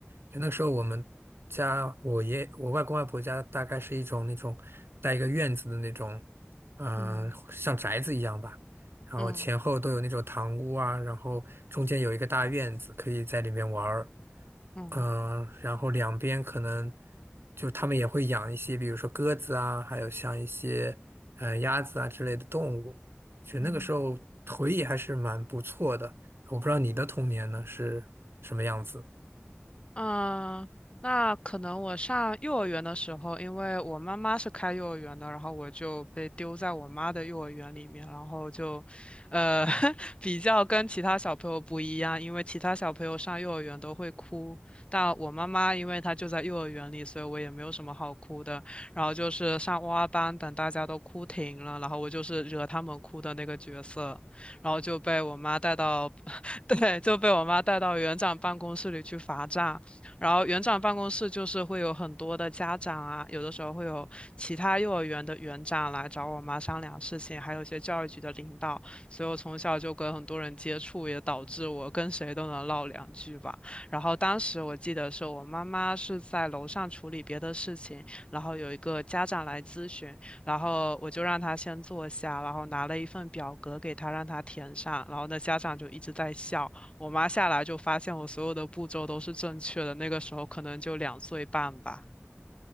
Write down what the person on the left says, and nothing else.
嗯
嗯
嗯
嗯。
嗯，那可能我上幼儿园的时候，因为我妈妈是开幼儿园的，然后我就被丢在我妈的幼儿园里面，然后就，呃，<laughs> 比较跟其他小朋友不一样，因为其他小朋友上幼儿园都会哭，但我妈妈因为她就在幼儿园里，所以我也没有什么好哭的。然后就是上哇哇班，等大家都哭停了，然后我就是惹他们哭的那个角色，然后就被我妈带到，<laughs> 对，就被我妈带到园长办公室里去罚站。然后园长办公室就是会有很多的家长啊，有的时候会有其他幼儿园的园长来找我妈商量事情，还有一些教育局的领导，所以我从小就跟很多人接触，也导致我跟谁都能唠两句吧。然后当时我记得是我妈妈是在楼上处理别的事情，然后有一个家长来咨询，然后我就让他先坐下，然后拿了一份表格给他，让他填上，然后那家长就一直在笑。我妈下来就发现我所有的步骤都是正确的，那个时候可能就两岁半吧。